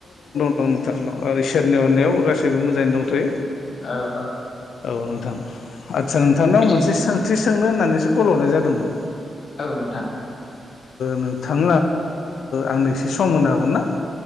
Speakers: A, on the left; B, on the left.
A: ल' मथांल' इसोरनि अननायाव गासैबो मोजाङै दंथ'यो
B: औ औ
A: औ नोंथां आदसा नोंथांनाव
B: बिदि
A: मोनसे सोंथि सोंनो होननानैसो कल हरनाय जादोंमोन
B: औ नोंथां
A: नोंथां आंनो एसे सम होनो हागौन ना